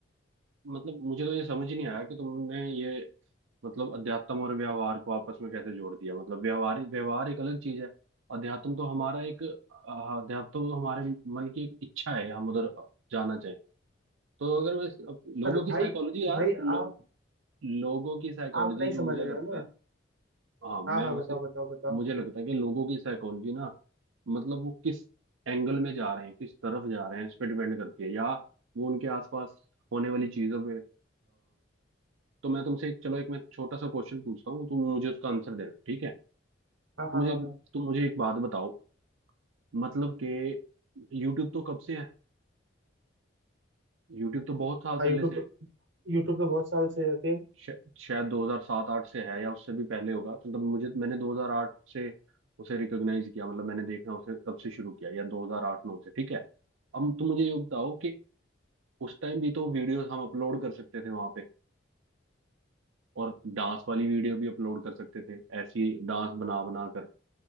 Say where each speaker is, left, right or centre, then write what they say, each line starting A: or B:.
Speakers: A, on the right; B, on the right.
A: मतलब मुझे तो ये समझ ही नहीं आया कि तुमने ये मतलब अध्यात्म और व्यवहार को आपस में कैसे जोड़ दिया मतलब व्यवहार व्यवहार एक अलग चीज है अध्यात्म तो हमारा एक अ, अध्यात्म तो हमारे मन की एक इच्छा है हम उधर जाना चाहें तो अगर मैं इस- लोगों
B: पर
A: की
B: भाई
A: साइकोलॉजी यार
B: भाई
A: लो,
B: आप
A: लोगों की साइकोलॉजी
B: आप नहीं समझ
A: जो मुझे
B: रहे
A: लगता
B: हो ना
A: है हाँ मैं
B: हाँ हाँ
A: वैसे
B: बताओ बताओ बताओ
A: मुझे लगता है कि लोगों की साइकोलॉजी ना मतलब वो किस एंगल में जा रहे हैं किस तरफ जा रहे हैं इस पे डिपेंड करती है या वो उनके आसपास होने वाली चीजों पे अ, तो मैं तुमसे एक चलो एक मैं छोटा सा क्वेश्चन पूछता हूँ तुम मुझे उसका आंसर देना ठीक है तो
B: हाँ हाँ
A: मुझे
B: हाँ हाँ
A: तुम मुझे एक बात बताओ मतलब कि यूट्यूब तो कब से है यूट्यूब तो बहुत साल
B: हाँ
A: पहले
B: यूट्यूब
A: से है
B: तो यूट्यूब तो बहुत साल से है फिर
A: श- शायद 2007-8 से है या उससे भी पहले होगा मतलब मुझे मैंने 2008 से उसे रिकॉग्नाइज किया मतलब मैंने देखना उसे तब से शुरू किया या 2008-9 से ठीक है अब तुम मुझे ये बताओ कि उस टाइम भी तो वीडियोस हम अपलोड कर सकते थे वहां पे और डांस वाली वीडियो भी अपलोड कर सकते थे ऐसी डांस बना बना कर